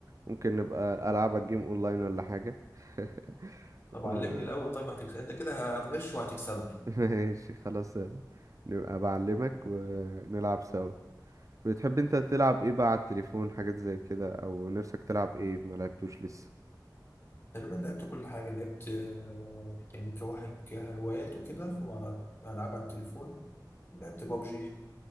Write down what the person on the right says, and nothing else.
ممكن نبقى العب الجيم اونلاين ولا حاجه <laughs>
و-
<laughs> ماشي خلاص آه، نبقى بعلمك ونلعب سوا بتحب انت تلعب ايه بقى على التليفون حاجات زي كده او نفسك تلعب ايه ما لعبتوش لسه